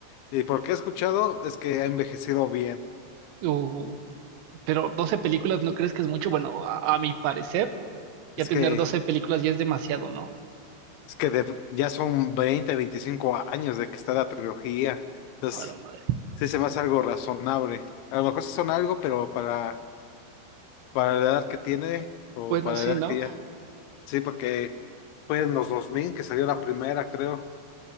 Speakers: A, on the left; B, on the right.
A: y por lo que he escuchado es que ha envejecido bien.
B: Uh, pero 12 películas, ¿no crees que es mucho? Bueno, a, a mi parecer,
A: Es
B: ya tener
A: que,
B: 12 películas ya es demasiado, ¿no?
A: es que de- ya son 20 25 años de que está la trilogía. Entonces,
B: A la madre.
A: sí se me hace algo razonable. A lo mejor sí son algo, pero para, para la edad que tiene o
B: Bueno,
A: para
B: sí,
A: la edad
B: ¿no?
A: que ya. Sí, porque fue en los 2000 que salió la primera, creo.